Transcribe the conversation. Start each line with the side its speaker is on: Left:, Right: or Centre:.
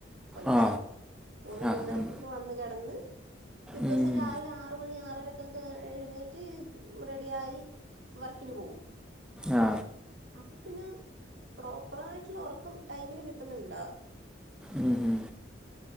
Right: പുലർച്ചെ
Centre: ആ
Right: മൂന്ന്
Centre: ആ
Right: മൂന്നരക്കൊക്കെ
Centre: ഉം.
Right: വന്ന് കിടന്ന് പിറ്റേ
Centre: ഉം.
Right: ദിവസം രാവിലെ ആറ മണി ആറര എഴുന്നേറ്റ് റെഡിയ ആയി വർക്കിന് പോകവും
Centre: ആ
Right: അപ്പൊ പിന്നെ പ്രോപ്പറായിട്ടുള്ള ഉറക്കം ടൈമിന് കിട്ടുന്നുില്ലോ
Centre: ഉം ഉ